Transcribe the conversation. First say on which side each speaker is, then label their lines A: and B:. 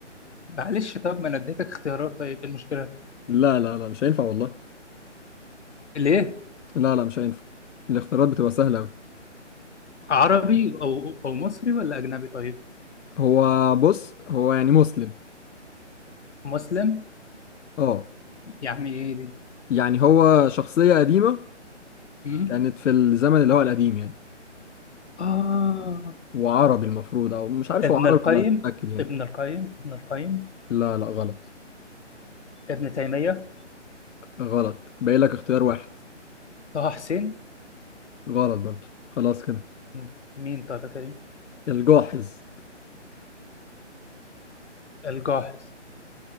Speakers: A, on the left (about 65°); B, on the left (about 80°).
A: معلش طب ما انا اديتك اختيارات طيب ايه المشكله
B: لا لا لا مش هينفع والله
A: ليه
B: لا لا مش هينفع الاختيارات بتبقى سهلة أوي.
A: عربي او او مصري ولا اجنبي طيب
B: هو بص هو يعني مسلم
A: مسلم
B: اه
A: يعني ايه دي
B: يعني هو شخصية قديمة
A: امم
B: كانت في الزمن اللي هو القديم يعني
A: اه
B: وعربي المفروض او مش عارف
A: ابن
B: هو عربي
A: القيم
B: ولا مش متأكد يعني
A: ابن القيم ابن القيم
B: لا لا غلط
A: ابن تيمية
B: غلط باقي لك اختيار واحد
A: طه حسين
B: غلط برضو خلاص كده
A: م- مين طيب يا كريم
B: الجاحظ
A: الجاحظ